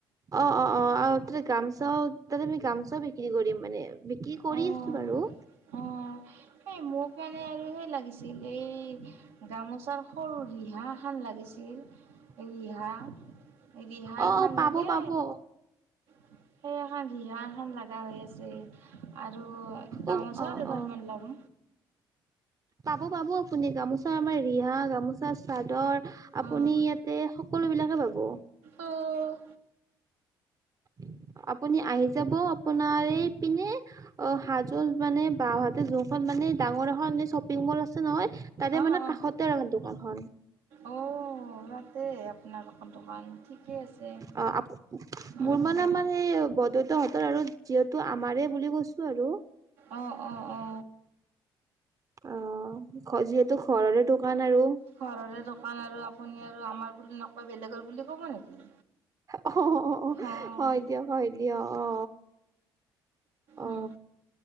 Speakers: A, on the right; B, on the right.
A: অ অ অ আৰু তাতে গামচাও তাতে আমি গামচাও বিক্ৰী কৰিম মানে। বিক্ৰী কৰি
B: অ'
A: আছো বাৰু।
B: অ' এই মোক মানে আৰু সেই লাগিছিল এই গামোচাৰ সৰু ৰিহা খন লাগিছিল।
A: <inaudible>
B: ৰিহা ৰিহা
A: অ
B: খন
A: অ পাব
B: লাগে?
A: পাব অ
B: সেইয়া হা ৰিহা ভাল লগা হৈ আছে আৰু গামোচাও
A: অ অ
B: দুখন
A: অ
B: মান লম।
A: পাব পাব আপুনি গামোচা আমাৰ ৰিহা, গামোচা চাদৰ আপুনি
B: অ'
A: ইয়াতে সকলো বিলাকে পাব।
B: অ'
A: <unintelligible> আপুনি আহি যাব, আপোনাৰ এই পিনে অ হাজোন মানে বাওঁহাত যোনখন মানে ডাঙৰ এখন শ্বপিং মল আছে নহয়, তাতে
B: অ'
A: মানে
B: অ'
A: কাষতে আৰু মানে দোকানখন।
B: অ তাতে আপোনাৰ এখন দোকান। ঠিকে আছে।
A: অ আ
B: অ',
A: মোৰ মানে মানে এই বৰ্দুচ তহঁতৰ আৰু যিহেতু আমাৰে বুলি কৈছো আৰু
B: অঁ অঁ অ
A: অ যিহেতু ঘৰৰে দোকান। আৰু
B: ঘৰৰে দোকান আৰু আপুনি আৰু আমাৰ বুলি নকয় বেলেগৰ বুলি কব নেকি,
A: অ অ অহ
B: অ',
A: হয় দিয়ক হয় দিয়ক অ অ
B: উম,